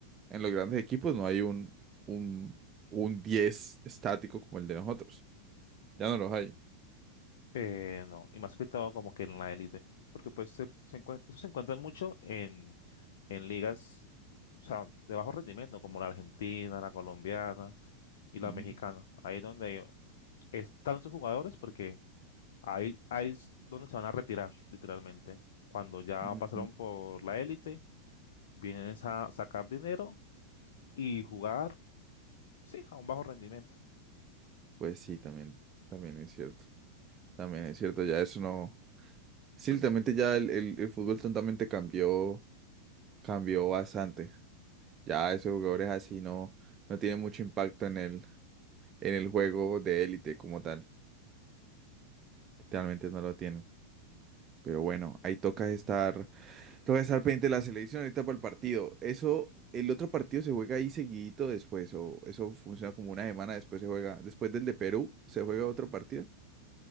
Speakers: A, on the right; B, on the left.
A: En los grandes equipos no hay un, un, un 10 estático como el de nosotros. Ya no los hay.
B: Eh, no, y más que todo como que en la élite, porque pues se, se encue- eso se encuentran mucho en, en ligas, o sea, de bajo rendimiento, como la argentina, la colombiana y la
A: Ujú.
B: mexicana. Ahí donde están esos jugadores porque ahí, ahí es donde se van a retirar, literalmente. Cuando ya
A: Ujú.
B: pasaron por la élite, vienen es a sacar dinero y jugar, sí, a un bajo rendimiento.
A: Pues sí, también, también es cierto. También es cierto, ya eso no. Sí, literalmente ya el, el, el fútbol tontamente cambió, cambió bastante. Ya esos jugadores así no, no tienen mucho impacto en el, en el juego de élite como tal. Realmente no lo tienen. Pero bueno, ahí toca estar. Te voy a estar pendiente de la selección ahorita para el partido. Eso, el otro partido se juega ahí seguidito después, o eso funciona como una semana después se juega. Después del de Perú, ¿se juega otro partido?